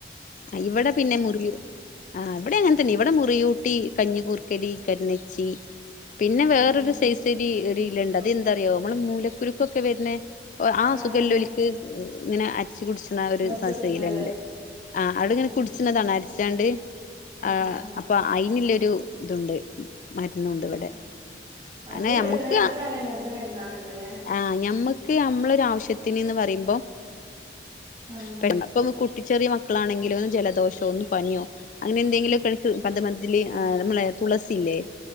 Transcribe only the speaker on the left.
ആ ഇവിടെ പിന്നെ മുറി ആ ഇവിടെ അങ്ങനെത്തന്നെ ഇവിടെ മുറിയൂട്ടി കഞ്ഞിക്കൂർക്കലി, കണച്ചി പിന്നെ വേറൊരു
സൈസരി ഒരു ല്ലണ്ട് അത് എന്തറിയോ നമ്മള് മൂലക്കുരുക്കൊക്കെ വരുന് ആ
സുഖല്ലൊലിക്ക്
ഇങ്ങനെ അ രച്ചു കുടിച്ചുന്ന ഒരു
സശലുണ്ട് ആ അവിടാങ്ങനെ
കുടിച്ചതാണ്. മരിച്ചാണ്ട്
ആ
അപ്പൊ ഐ യിനുള്ളൊരു ഇതുണ്ട്. മരുന്നുണ്ട് ഇവിടെ.
അനെ
ഞമ്മക്ക്
ആഹ ഞമ്മക്ക് നമ്മളരു ആവശ്യത്തിന്ന്ന് പറയു എന്ത
പെ അപ്പൊട്ട ഒട്ടി ചെറിയ മക്കളാണെങ്കിലും ഒന്ന് ജലദോഷോ ഒന്ന് പനിയോ അങ്ങനെ എന്തെങ്കിലുമ ഒക്കെ എ പന്ത് മതിൽ നമ്മള തുളസില്ലേ